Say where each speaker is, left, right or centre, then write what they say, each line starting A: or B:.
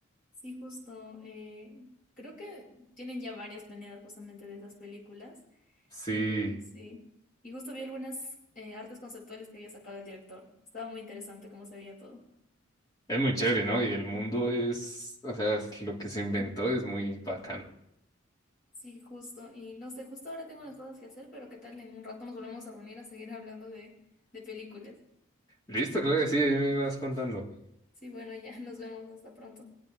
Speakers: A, on the left (about 45°); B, on the left (about 20°).
A: Sí, justo. eh, creo que tienen ya varias planeadas justamente de esas películas.
B: Sí,
A: Y sí. Y justo vi algunas eh, artes conceptuales que había sacado el director. Estaba muy interesante cómo se veía todo.
B: es muy chévere, ¿no? Y el mundo es, o sea, es lo que se inventó es muy bacano.
A: Sí, justo. Y no sé, justo ahora tengo unas cosas que hacer, pero qué tal en un rato nos volvemos a reunir a seguir hablando de, de películas.
B: Listo, claro que sí, ahí me vas contando.
A: Sí, bueno, ya <laughs> nos vemos. Hasta pronto.